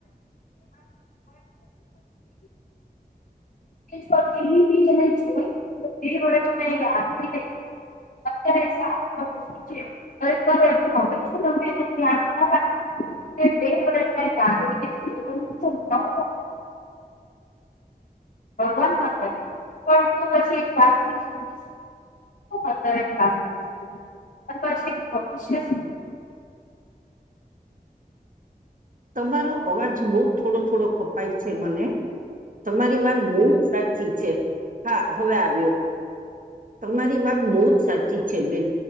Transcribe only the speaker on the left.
<unintelligible> અત્યારે <unintelligible> તમે એને ધ્યાન ના રાખ <inaudible> ભગવાન ના કરે પણ તો પછી એક બાકીની જીંદગી શું. <unintelligible> અને પછી ભવિષ્ય શું.